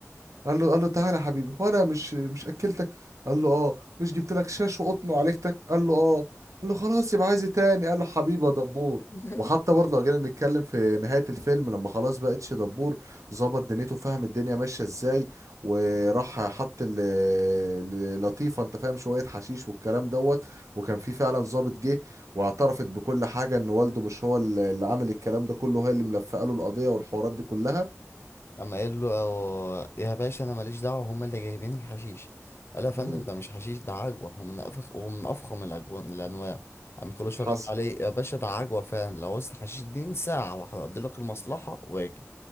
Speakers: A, on the right; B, on the left.
A: قال له قال له تعالى يا حبيبي هو انا مش مش اكلتك قال له اه مش جبت لك شاش وقطن وعليكتك قال له اه قال له خلاص يبقى عايز إيه تاني قال له حبيبي يا دبور
B: <laughs>
A: وحتى برضه لو جينا نتكلم في نهاية الفيلم لما خلاص بقى اتش دبور ظبط دنيته فاهم الدنيا ماشية ازاي وراح حط ال- ال- لطيفة انت فاهم شوية حشيش والكلام دوت وكان في فعلا ظابط جه واعترفت بكل حاجة ان والده مش هو اللي اللي عامل الكلام ده كله هي اللي ملفقه له القضية والحوارات دي كلها
B: اما قال له يا باشا انا ماليش دعوه هم اللي جايبين الحشيش قال له يا فندم
A: مم.
B: ده مش حشيش ده عجوه هو من افخ هو من افخم الاجوان الانواع قام كلوش
A: حصل
B: رد عليه يا باشا ده عجوه فعلا لو عاوزت حشيش اديني ساعه واحده اقضي لك المصلحه واجي